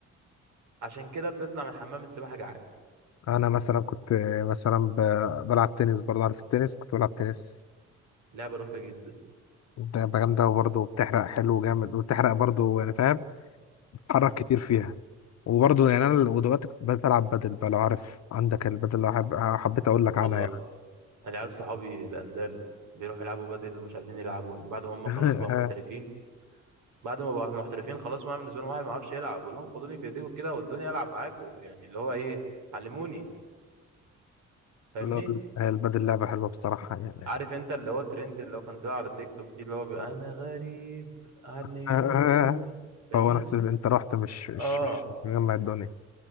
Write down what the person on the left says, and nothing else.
انا مثلا كنت مثلا ب- بلعب تنس برضه عارف التنس كنت بلعب تنس
ده جامده وبرضه بتحرق حلو جامد وبتحرق برضه يعني فاهم بتتحرك
كتير فيها وبرضه يعني انا ودلوقتي كنت بدأت العب بدل بقى لو عارف عندك البدل لو حب... حبيت اقول لك عنها
يعني
<laughs>
لول. هي البدل لعبه حلوه بصراحه يعني
<laughs>
هو نفس اللي انت رحت مش مش
مش مش مجمع الدنيا